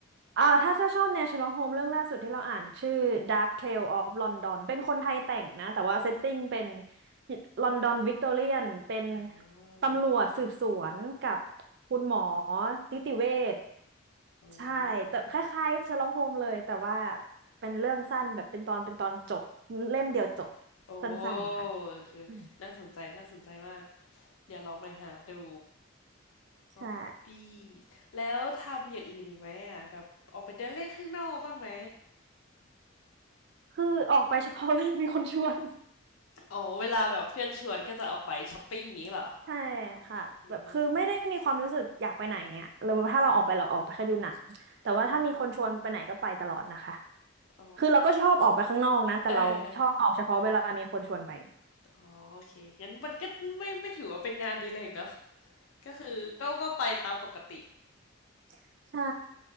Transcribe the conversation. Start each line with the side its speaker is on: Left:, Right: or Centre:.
Right: อ่าถ้าถ้าชอบแนวเชอร์ล็อกโฮมเรื่องล่าสุดที่เราอ่านชื่อ Dark Tale of London เป็นคนไทยแต่งนะ แต่ว่าเซตติ้งเป็นลอนดอนวิกตอเรียนเป็น
Left: อ่
Right: ตำรวจสืบสวนกับ
Left: า
Right: คุณหมอนิติเวช
Left: อ๋อ
Right: ใช่แต่คล้ายๆ
Left: เป็นของ
Right: Sherlock Holmes เลยแต่ว่าเป็นเรื่องสั้นแบบเป็นตอนเป็นตอนจบเล่มเดียวจบ
Left: โอ้
Right: สั้นๆค่ะ
Left: คือน่าสนใจน่าสนใจมาก
Right: อืม
Left: เดี๋ยวลองไปหาดูฮอปปี้
Right: ใช่
Left: แล้วทำอย่างอื่นอีกไหมอะแบบออกไปเดินเล่นข้างนอกบ้างไหม
Right: คือออกไปเฉพาะ <laughs> เวลามีคนชวน
Left: อ๋อเวลาแบบเพื่อนชวนก็จะออกไปช้อปปิ้งอย่างงี้เหรอ
Right: ใช่ค่ะแบบคือไม่ได้มีความรู้สึกอยากไปไหนอ่ะหรือว่าถ้าเราออกไปเราออกไปแค่ดูหนังแต่ว่าถ้ามีคนชวนไปไหนก็ไปตลอดนะคะ
Left: อืมเอออ๋อ
Right: คือเราก็ชอบออกไปข้างนอกนะแต่เราชอบออกเฉพาะเวลามีคนชวนไป
Left: เออ อ๋อโอเคงั้นมันก็ไม่ไม่ถือว่าเป็นงานอดีเลกเนอะก็คือก็ก็ไปตามปกติ
Right: <laughs> ใช่